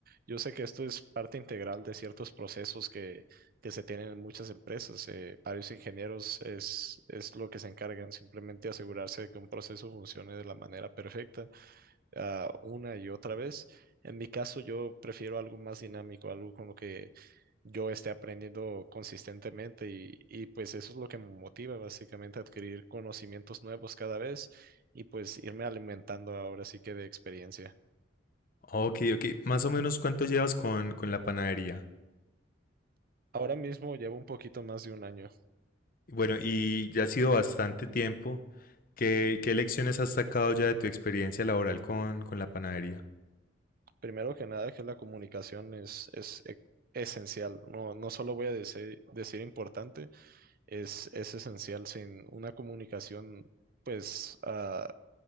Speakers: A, on the right; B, on the left.
A: Yo sé que esto es parte integral de ciertos procesos que, que se tienen en muchas empresas. eh, varios ingenieros es, es lo que se encargan, simplemente asegurarse de que un proceso funcione de la manera perfecta ah, una y otra vez. En mi caso, yo prefiero algo más dinámico, algo con lo que yo esté aprendiendo consistentemente y, y pues eso es lo que me motiva básicamente a adquirir conocimientos nuevos cada vez y pues irme alimentando ahora sí que de experiencia.
B: Ok, ok. Más o menos cuánto llevas con, con la panadería.
A: Ahora mismo llevo un poquito más de un año.
B: Bueno, y ya ha sido bastante tiempo. ¿Qué, qué lecciones has sacado ya de tu experiencia laboral con, con la panadería?
A: Primero que nada, que la comunicación es, es e- esencial. No, no solo voy a dese- decir, importante, es, es esencial. Sin una comunicación, pues, ah,